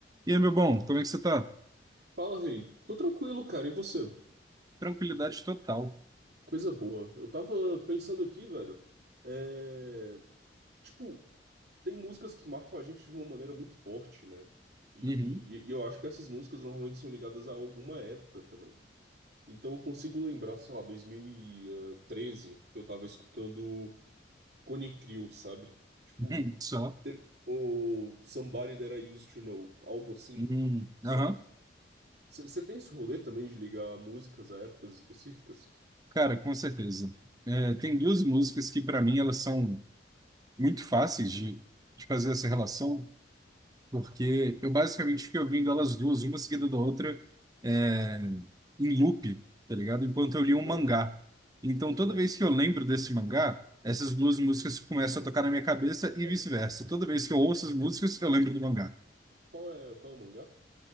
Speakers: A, on the right; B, on the right.
A: E aí, meu bom, como é que você tá?
B: Fala, rei. Tô tranquilo, cara. E você?
A: Tranquilidade total.
B: Coisa boa. Eu tava pensando aqui, velho. É... Tipo, tem músicas que marcam a gente de uma maneira muito forte, né? E,
A: Uhum.
B: e- e eu acho que essas músicas normalmente são ligadas a alguma época também. Então eu consigo lembrar, sei lá, 2013, que eu tava escutando Cone Crew, sabe? Tipo,
A: Uhum. Só.
B: teve o Somebody That I Used to Know, algo assim,
A: Uhum.
B: sabe?
A: Aham.
B: Você tem esse rolê também de ligar músicas a épocas específicas?
A: Cara, com certeza. É, tem duas músicas que, para mim, elas são muito fáceis de, de fazer essa relação, porque eu basicamente fiquei ouvindo elas duas, uma seguida da outra, é, em loop, tá ligado? Enquanto eu li um
B: Ah.
A: mangá. Então,
B: Nossa.
A: toda vez que eu lembro desse mangá, essas duas músicas começam a tocar na minha cabeça e
B: É,
A: vice-versa. Toda vez que eu ouço
B: qu-
A: as músicas, eu lembro do mangá.
B: qual é, qual é o mangá?